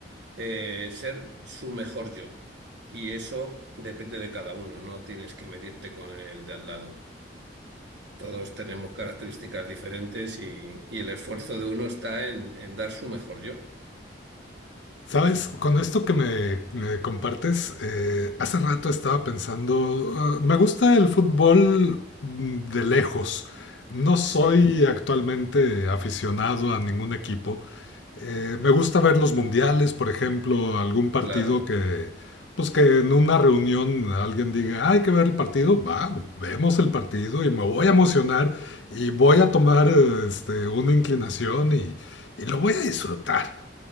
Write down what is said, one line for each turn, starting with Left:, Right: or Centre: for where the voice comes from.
Right: eh, ser su mejor yo. Y eso depende de cada uno, no tienes que medirte con el de al lado. Todos tenemos características diferentes y, y el esfuerzo de uno está en, en dar su mejor yo.
Left: Sabes, con esto que me, me compartes, eh, hace rato estaba pensando, eh, me gusta el fútbol mm, de lejos. No soy
Right: Sí,
Left: actualmente aficionado a ningún equipo. Eh, me gusta ver los mundiales, por ejemplo, algún partido
Right: claro.
Left: que, pues que en una reunión alguien diga, "Ah, hay que ver el partido, va, vemos el partido y me voy a emocionar y voy a tomar eh, este, una inclinación y y lo voy a disfrutar.